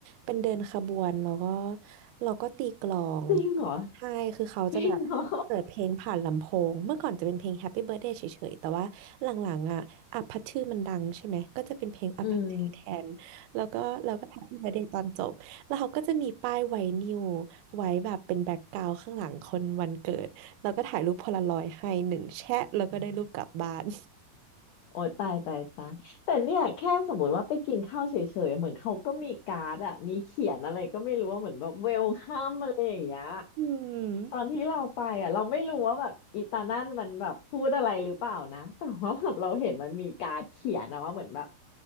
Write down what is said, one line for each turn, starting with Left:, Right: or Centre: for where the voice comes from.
Right: เป็นเดินขบวนแล้วก็เราก็ตีกลอง
Left: จริงเหรอ
Right: ใช่ คือเขาจะแบบเปิดเพลงผ่านลำโพง
Left: จริงเหรอ
Right: เมื่อก่อนจะเป็นเพลง Happy Birthday เฉยๆแต่ว่าหลังๆอ่ะอัพพัชชื่อมันดังใช่ไหมก็จะเป็นเพลงอัพพัชชื่อแทน
Left: <laughs> อืม
Right: แล้วก็เราก็ Happy Birthday ตอนจบ แล้วเขาก็จะมีป้ายไวนิลไว้แบบเป็นแบ็กกราวด์ข้างหลังคนวันเกิดแล้วก็ถ่ายรูปโพลารอยด์ให้หนึ่งแชะแล้วก็ได้รูปกลับบ้าน
Left: โอ้ยตายตายตายแต่เนี่ยแค่สมมติว่าไปกินข้าวเฉยๆเหมือนเขาก็มีการ์ดอะมีเขียนอะไรก็ไม่รู้ว่าเหมือนแบบเวลคัมอะไรอย่างเงี้ย
Right: อืม
Left: ตอนที่เราไปอะเราไม่รู้ว่าแบบอีตานั่นมันแบบพูดอะไรหรือเปล่านะแต่ว่าแบบเราเห็นมันมีการ์ดเขียนอะว่าเหมือนแบบ